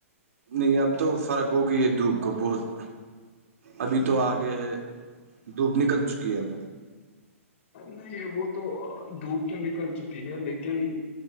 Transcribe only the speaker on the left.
نہیں وہ تو ڈوب تو نکل چکی ہے لیکن